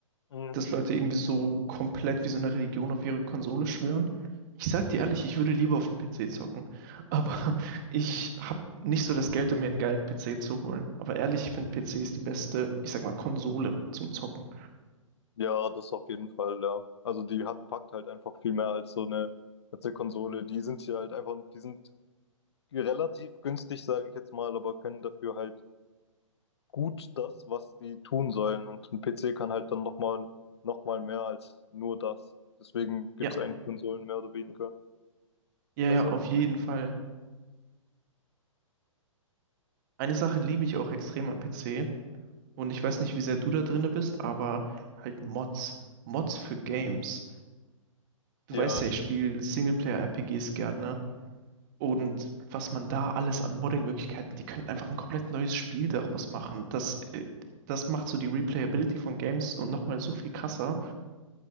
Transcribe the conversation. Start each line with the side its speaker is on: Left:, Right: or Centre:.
Left: Mhm.
Right: Dass Leute irgendwie so komplett wie so eine Religion auf ihre Konsole schwören. Ich sag dir ehrlich, ich würde lieber auf dem PC zocken. Aber <laughs> ich hab nicht so das Geld, um mir einen geilen PC zu holen. Aber ehrlich, ich finde PC ist die beste, ich sag mal, Konsole zum Zocken.
Left: Ja, das auf jeden Fall, ja. Also die hat, packt halt einfach viel mehr als so eine, als eine Konsole. Die sind hier halt einfach, die sind relativ günstig, sage ich jetzt mal, aber können dafür halt gut das, was die tun sollen. Und ein PC kann halt dann nochmal noch mal mehr als nur das. Deswegen gibt
Right: Ja,
Left: es eigentlich Konsolen mehr oder weniger.
Right: ja,
Left: Weißt
Right: ja,
Left: du,
Right: auf
Left: was ich
Right: jeden
Left: meine?
Right: Fall. Eine Sache liebe ich auch extrem am PC. Und ich weiß nicht, wie sehr du da drinne bist, aber halt Mods. Mods für Games. Du
Left: Ja,
Right: weißt ja,
Left: stimmt.
Right: ich spiele Singleplayer-RPGs gerne. Und was man da alles an Modding-Möglichkeiten, die können einfach ein komplett neues Spiel daraus machen. Das, äh, das macht so die Replayability von Games und nochmal so viel krasser.